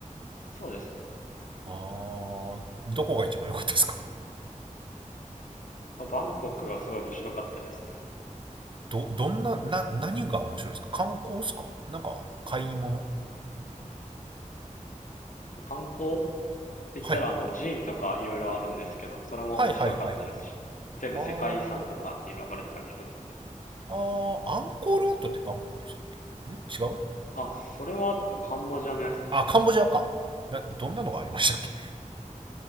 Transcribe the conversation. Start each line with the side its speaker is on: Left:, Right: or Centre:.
Left: そうですね。
Right: あー、どこが一番良かったですか
Left: まあ、バンコクはすごい面白かったですね。
Right: ど、どんな、な、何が面白いですか観光ですかなんか、買い物
Left: まあ観光って言ったらあの寺院とかいろいろあるんですけど、
Right: はい。
Left: それも面白かったですし、
Right: はいはいはいはい。
Left: 全部世界遺産とかに選ばれてたりするので。
Right: あー、あー、アンコールワットってバンコクでしたっけん違う
Left: あ、それは多分カンボジアのやつですね。
Right: あ、カンボジアか。な、どんなのがありましたっけ